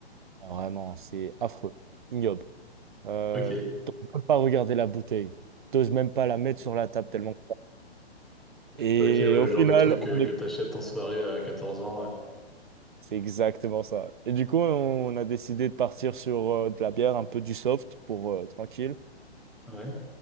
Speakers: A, on the right; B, in the centre.
A: Vraiment, c'est affreux, ignoble. Euh,
B: Ok,
A: t'oses même pas regarder la bouteille. T'oses même pas la mettre sur la table tellement. Et
B: ok, ouais,
A: au
B: le genre
A: final,
B: de truc
A: on
B: euh, que
A: est
B: t'achètes en soirée euh, à 14 ans. euh.
A: C'est exactement ça. Et du coup, on a décidé de partir sur euh, de la bière, un peu du soft pour euh, tranquille.
B: Ouais.